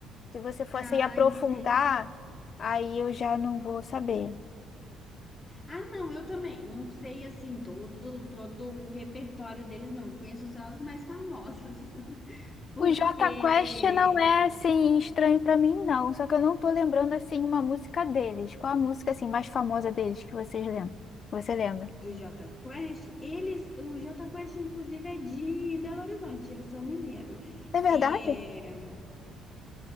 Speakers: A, on the left (about 45°); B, on the left (about 25°).
A: Se você fosse
B: Ah,
A: aprofundar,
B: entendi.
A: aí eu já não vou saber.
B: Ah, não, eu também. Não sei assim todo todo o repertório deles, não. Eu Conheço só as mais famosas. <laughs> Porque
A: O Jota Quest não é assim estranho pra mim, não. Só que eu não tô lembrando assim uma música deles. Qual a música assim mais famosa deles que vocês lembram? Você lembra?
B: do Jota Quest, eles, o Jota Quest, inclusive, é de Belo Horizonte, eles são mineiros.
A: É
B: É...
A: verdade?